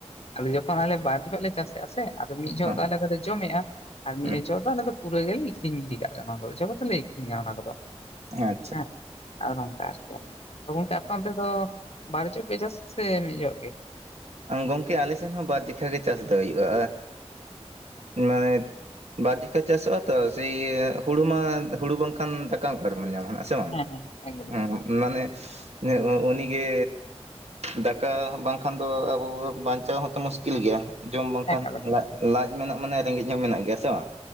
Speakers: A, on the left; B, on the right.
A: ᱟᱫᱚ ᱡᱚᱠᱷᱚᱱ ᱟᱞᱮ ᱵᱟᱨ ᱡᱚᱦᱚᱜ ᱞᱮ ᱪᱟᱥᱮᱜᱼᱟ ᱥᱮ ᱟᱫᱚ ᱢᱤᱫ ᱡᱚᱦᱚᱜ
B: ᱦᱟᱸᱜ
A: ᱫᱚ ᱟᱞᱮ ᱫᱚᱞᱮ ᱡᱚᱢᱮᱜᱼᱟ ᱾ ᱟᱨ ᱢᱤᱫ
B: ᱦᱮᱸ
A: ᱚᱡᱚᱜ ᱫᱚ ᱚᱱᱟ ᱫᱚ ᱯᱩᱨᱟᱹ ᱜᱮᱞᱮ ᱟᱹᱷᱨᱤᱧ ᱜᱤᱰᱤ ᱠᱟᱜ ᱠᱟᱱᱟ ᱚᱱᱟ ᱠᱚ ᱡᱚ ᱠᱚ ᱫᱚᱞᱮ ᱟᱹᱠᱷᱨᱤᱧᱟ ᱚᱱᱟ ᱠᱚᱫᱚ
B: ᱦᱩᱸ ᱟᱪᱪᱷᱟ
A: ᱦᱮᱸ ᱟᱨᱚᱢ ᱟᱨ ᱪᱮᱫ ᱛᱚ ᱜᱚᱝᱠᱮ ᱟᱯᱮ ᱚᱱᱛᱮ ᱫᱚ ᱵᱟᱨ ᱡᱚᱜ ᱯᱮ ᱪᱟᱥᱟ ᱥᱮ ᱢᱤᱫ ᱡᱚᱜ ᱜᱮ?
B: ᱜᱚᱝᱠᱮ ᱟᱞᱮ ᱥᱮᱱ ᱦᱚᱸ ᱵᱟᱨ ᱡᱮᱠᱷᱟ ᱜᱮ ᱪᱟᱥ ᱫᱚ ᱦᱩᱭᱩᱜᱼᱟ ᱮᱸᱜᱻ ᱢᱟᱱᱮᱼᱼ ᱵᱟᱨ ᱫᱮᱠᱷᱟ ᱪᱟᱥᱚᱜᱼᱟ ᱛᱚ ᱥᱮᱭ ᱦᱩᱲᱩ ᱢᱟ ᱦᱩᱲᱩ ᱵᱟᱝᱠᱷᱟᱱ ᱫᱟᱠᱟ ᱚᱠᱟ ᱨᱮᱵᱚᱱ ᱧᱟᱢᱟ ᱱᱟᱜ ᱥᱮ ᱵᱟᱝ
A: ᱦᱮᱸ ᱦᱮᱸ ᱮᱠᱫᱚᱢ
B: ᱦᱩᱸ
A: ᱮᱠᱫᱚᱢ
B: ᱢᱟᱱᱮ ᱩᱱᱤ ᱜᱮ ᱫᱟᱠᱟ ᱵᱟᱝᱠᱷᱟᱱᱼᱼ ᱛᱚ ᱟᱵᱚ ᱵᱚ ᱵᱟᱧᱪᱟᱣ ᱦᱚᱸᱛᱚ ᱢᱩᱥᱠᱤᱞ ᱜᱮᱭᱟ ᱡᱚᱢ ᱵᱟᱝᱠᱷᱟᱱ
A: ᱮᱠᱟᱞ ᱮᱠᱟᱞ
B: ᱞᱟᱡᱼᱞᱟᱡ ᱢᱮᱱᱟᱜ ᱢᱟᱱᱮ ᱨᱮᱸᱜᱮᱡ ᱦᱚᱸ ᱢᱮᱱᱟᱜ ᱜᱮᱭᱟ ᱥᱮ ᱵᱟᱝ